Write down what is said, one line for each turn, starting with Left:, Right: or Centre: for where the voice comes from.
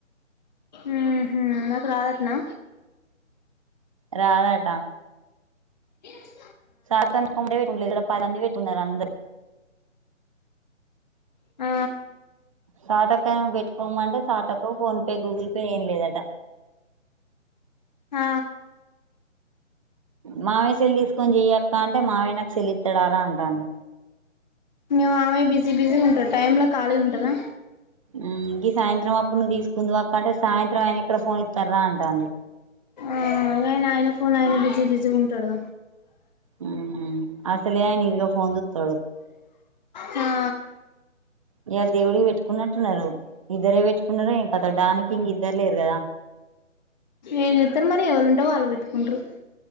Left: మ్ హు నాకు రాదట్నా
Right: రాదటా
Left: ఇచ్
Right: సాతకంచుకుంము లేదు ఏంలేదు ఇడ పంది వెట్టిండారు అందర్
Left: ఆ
Right: సాతకం పెట్టుకోమంటే సాతకు ఫోన్ పే గూగుల్ పే ఏం లేదట
Left: ఆ
Right: మామయ్య సెల్ తీసుకొని చేయక్క అంటే మామయ్య నాకు సెల్ ఇత్తడారా అంటాండు
Left: మీ మామయ్య బిజీ బిజీ ఉంటారు టైమ్ లో ఖాళీగుంటదా
Right: మ్మ్ గీ సాయంత్రం అప్పుడు నువ్వు తీసుకుందువు అక్క అంటే సాయంత్రం ఆయన ఎక్కడ ఫోన్ ఇత్తరా అం టాంది
Left: అవున్ గయిన ఆయన ఫోన్ ఆయిన బిజీ బిజీ ఉంటాడు
Right: హుమ్ ఆస్ త్తలే అని ఇరగ ఫోన్ జుత్తడు
Left: హా
Right: ఇయాల్ దేవుడికి పెట్టుకున్నట్టున్నారు, ఇద్దరే పెట్టుకున్నారో ఏం కథా డానికి ఇంక ఇద్దరు లేరు కదా.
Left: ఏం చెత్తరు మరి ఎవళ్లు ఉంటే వాళ్ పెట్టుకుంటరు